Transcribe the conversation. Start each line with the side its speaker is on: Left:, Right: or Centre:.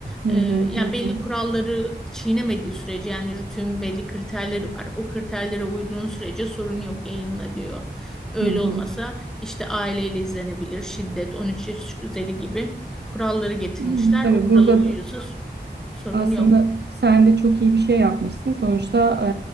Right: Hı
Centre: e,
Right: hı
Centre: yani
Right: hı
Centre: belli
Right: hı
Centre: kuralları çiğnemediği sürece yani RTÜK'ün belli kriterleri var. O kriterlere uyduğun sürece sorun yok yayınla diyor. Öyle
Right: hı hı.
Centre: olmasa işte aileyle izlenebilir, şiddet 13 yaş üzeri gibi kuralları getirmişler.
Right: Hı, Tabii
Centre: O kurala
Right: burada
Centre: uyuyorsa
Right: da
Centre: sorun
Right: aslında
Centre: yok.
Right: sen de çok iyi bir şey yapmışsın. Sonuçta